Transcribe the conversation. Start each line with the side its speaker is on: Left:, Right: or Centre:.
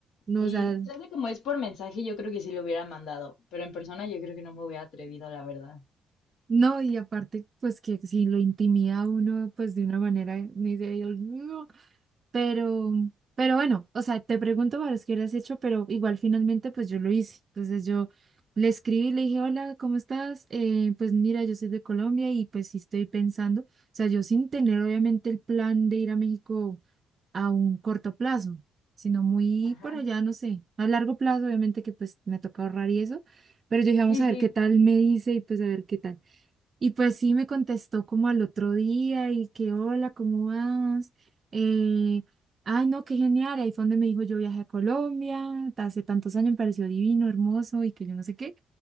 Right: No,
Left: sí,
Right: o sea,
Left: tal vez como es por mensaje, yo creo que sí lo hubiera mandado, pero en persona yo creo que no me hubiera atrevido, la verdad.
Right: no, y aparte, pues que si lo intimida a uno, pues de una manera, ni de Dios mío, Pero, pero bueno, o sea, te pregunto para los que lo has hecho, pero igual finalmente pues yo lo hice. Entonces yo le escribí, le dije, hola, ¿cómo estás? Eh, pues mira, yo soy de Colombia y pues sí estoy pensando, o sea, yo sin tener obviamente el plan de ir a México a un corto plazo, sino muy
Left: Ajá.
Right: por allá, no sé, a largo plazo, obviamente que pues me toca ahorrar y eso, pero yo dije,
Left: Sí,
Right: vamos a
Left: sí.
Right: ver qué tal me dice y pues a ver qué tal. Y pues sí me contestó como al otro día y que hola, ¿cómo vas? Eh, ay, no, qué genial. Ahí fue donde me dijo yo viajé a Colombia, hace tantos años me pareció divino, hermoso y que yo no sé qué.